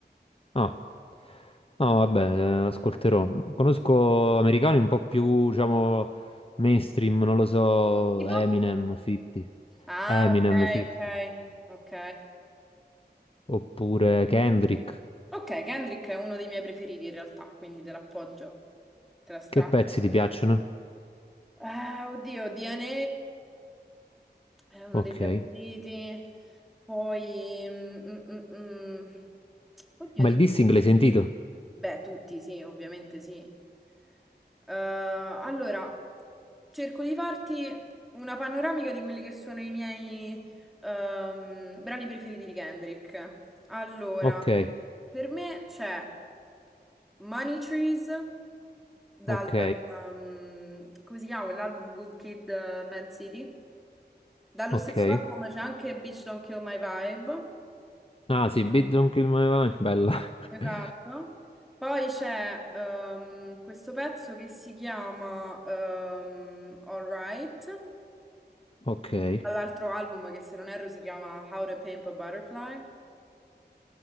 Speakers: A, on the left (about 30°); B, in the centre.
A: Ah, no, vabbè, eh, ascolterò. Conosco americani un po' più, diciamo, mainstream, non lo so,
B: Tipo?
A: Eminem, 50,
B: Ah,
A: Eminem,
B: ok,
A: 50,
B: ok, ok.
A: oppure Kendrick.
B: Ok, Kendrick è uno dei miei preferiti in realtà, quindi te l'appoggio, te la strappo.
A: Che pezzi ti piacciono?
B: Ah, oddio, DNA è uno
A: Ok.
B: dei miei preferiti. Poi, mm, mm, mm, mm. Oddio,
A: Ma
B: di
A: il dissing
B: cui?
A: l'hai sentito?
B: Beh, tutti sì, ovviamente sì. Eh, allora, cerco di farti una panoramica di quelli che sono i miei ehm, brani preferiti di Kendrick. Allora,
A: Ok,
B: per me c'è Money Trees dal,
A: ok,
B: ehm, come si chiama quell'album? Good Kid, eh, Mad City. Dallo
A: ok.
B: stesso album c'è anche Bitch Don't Kill My Vibe.
A: Ah sì, Beat Don't Kill My Vibe, bella.
B: Esatto.
A: <laughs>
B: Poi c'è ehm, questo pezzo che si chiama Alright.
A: Ok.
B: dall'altro album che se non erro si chiama How to Pimp a Butterfly.